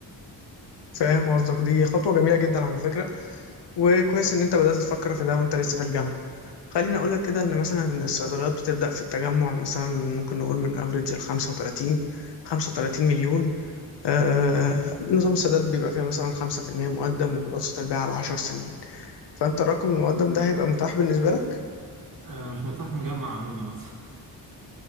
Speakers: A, on the left; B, on the right.
A: فاهم قصدك دي خطوة جميلة جدا على فكرة وكويس ان انت بدأت تفكر في ده وانت لسه في الجامعة خليني اقول لك كده ان مثلا الصيدليات بتبدأ في التجمع مثلا ممكن نقول من افريج ال 35 35 مليون آه نظام السداد بيبقى فيها مثلا 5% مقدم وبنقسط البيع على 10 سنين فانت الرقم المقدم ده هيبقى متاح بالنسبة لك
B: أنا مش متاح مجمع عموما أصلا